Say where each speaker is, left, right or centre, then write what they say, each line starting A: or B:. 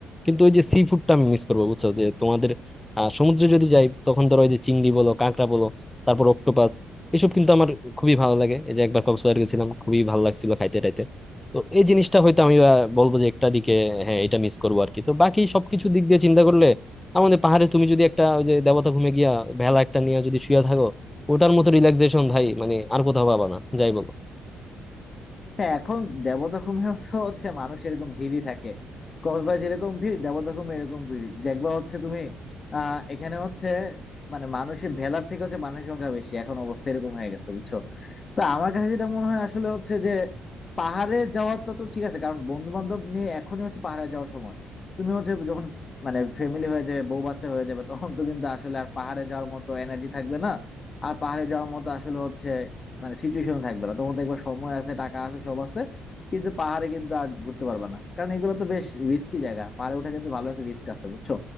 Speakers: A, on the left (about 15°); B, on the left (about 40°).
A: কিন্তু ওই যে সি ফুডটা আমি মিস করবো বুঝছো যে তোমাদের আহ সমুদ্রে যদি যাই তখন ধরো ওই যে চিংড়ি বলো কাঁকড়া বলো তারপর অক্টোপাস এসব কিন্তু আমার খুবই ভালো লাগে এই যে একবার কক্সবাজার গেছিলাম খুবই ভালো লাগছিল খাইতে টাইতে তো এই জিনিসটা হয়তো আমি আহ, বলবো যে একটা দিকে হ্যাঁ এটা মিস করবো আর কি তো বাকি সবকিছু দিক দিয়ে চিন্তা করলে আমাদের পাহাড়ে তুমি যদি একটা ওই যে দেবতা ভূমে গিয়া ভেলা একটা নিয়ে যদি শুয়ে থাকো ওটার মতো রিল্যাক্সেশন ভাই মানে আর কোথাও পাবা না যাই বলো
B: হ্যাঁ এখন দেবদখমেও তো হচ্ছে মানুষ এরকম ভিড়ই থাকে কক্সবাজার যেরকম ভিড় দেবদখমে এরকম ভিড় দেখবা হচ্ছে তুমি আহ এখানে হচ্ছে মানে মানুষের ভেলার থেকে হচ্ছে মানুষের সংখ্যা বেশি এখন অবস্থা এরকম হয়ে গেছে বুঝছো তো আমার কাছে যেটা মনে হয় আসলে হচ্ছে যে পাহাড়ে যাওয়ার তো তো ঠিক আছে কারণ বন্ধু বান্ধব নিয়ে এখনই হচ্ছে পাহাড়ে যাওয়ার সময় তুমি হচ্ছে যখন ফ- মানে ফ্যামিলি হয়ে যাবে বউ বাচ্চা হয়ে যাবে তখন তো কিন্তু আসলে আর পাহাড়ে যাওয়ার মতো এনার্জি থাকবে না আর পাহাড়ে যাওয়ার মতো আসলে হচ্ছে মানে সিচুয়েশন থাকবে না তোমার দেখবা সময় আছে টাকা আছে সব আছে কিন্তু পাহাড়ে কিন্তু আর ঘুরতে পারবে না কারণ এগুলো তো বেশ রিস্কি জায়গা পাহাড়ে ওঠা কিন্তু ভালো একটা রিস্ক আছে বুঝছো